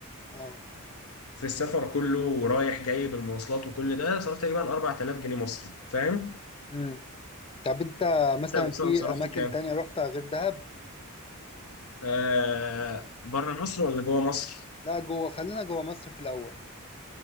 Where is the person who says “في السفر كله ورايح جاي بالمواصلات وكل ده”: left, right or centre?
Left